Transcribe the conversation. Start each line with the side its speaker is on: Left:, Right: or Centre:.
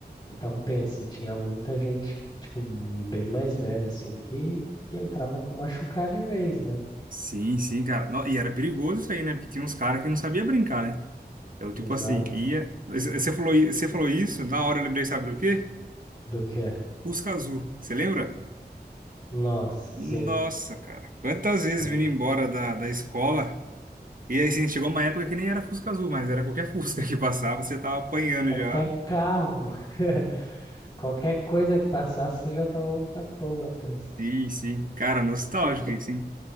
Left: Então, pense, tinha muita gente, tipo, bem mais velha, assim, que, que entrava pra machucar de vez, né?
Right: Sim, sim, cara. No- E era perigoso isso aí, né? Porque tinha uns caras que não sabia brincar, né? Eu, tipo
Left: Exato.
Right: assim, ia. Você falou, i- você falou isso, na hora eu lembrei, sabe do quê?
Left: Do que?
Right: Fusca Azul. Você lembra?
Left: Nossa,
Right: Nossa,
Left: sim.
Right: cara. Quantas vezes
Left: Era
Right: vindo embora da, da escola. E aí, assim, chegou uma época que nem era Fusca Azul, mas era qualquer <laughs> Fusca que passava, você tava apanhando
Left: qualquer
Right: já.
Left: carro, <laughs> qualquer coisa que passasse, você já tomava um tapão na testa.
Right: Sim, sim. Cara, nostálgico isso, hein?